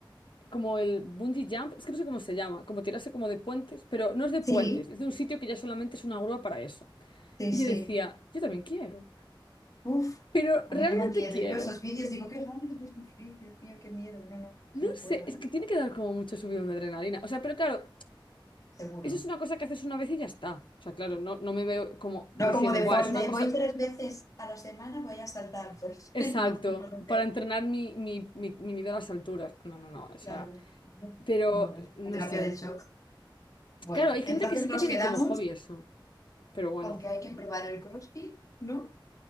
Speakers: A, on the left; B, on the left.
A: como el bungee jump, es que no sé cómo se llama, como tirarse como de puentes, pero no es de puentes,
B: Sí,
A: es de un sitio que ya solamente es una grúa para eso.
B: sí,
A: Y
B: sí.
A: yo decía, yo también quiero,
B: Uf,
A: pero realmente
B: a mí me da miedo.
A: quiero.
B: Yo esos vídeos digo, qué ganas de sufrir, Dios mío, qué miedo. No, no,
A: No
B: eso no
A: sé,
B: puedo,
A: es
B: ¿eh?
A: que tiene que dar como mucho subidón de adrenalina. O sea, pero claro,
B: Seguro.
A: eso es una cosa que haces una vez y ya está. O sea, claro, no, no me veo como
B: No
A: diciendo,
B: como deporte,
A: guau, es una cosa...
B: ¿eh? Voy tres veces a la semana, voy a saltar, pues
A: Exacto,
B: <laughs> no, no lo veo.
A: para entrenar mi, mi, mi, mi miedo a las alturas. No, no, no, o sea,
B: Claro. No,
A: pero
B: no, no es una
A: no
B: terapia
A: sé.
B: de shock. Bueno,
A: Claro, hay
B: Sí.
A: gente
B: entonces
A: que sí
B: nos
A: que tiene
B: quedamos
A: como hobby eso, pero bueno.
B: con que hay que probar el CrossFit, ¿no?